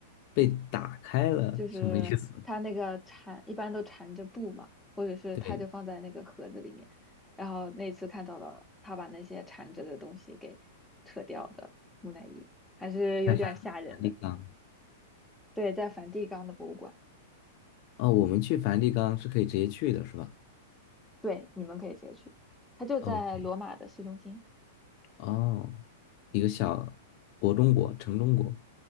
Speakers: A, on the left; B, in the centre.
A: 被打开了，
B: 就是它那个缠一般都缠着布嘛，
A: 什么意思？
B: 或者是它就放在那个盒子里面，
A: 对，
B: 然后那次看到了他把那些缠着的东西给扯掉的木乃伊，还是有点吓人的。
A: 在梵梵蒂冈。
B: 对，在梵蒂冈的博物馆，
A: 哦，我们去梵蒂冈是可以直接去的，是吧
B: 对，你们可以直接去，它就在罗马的市中心。
A: ？OK，哦，一个小国中国，城中国。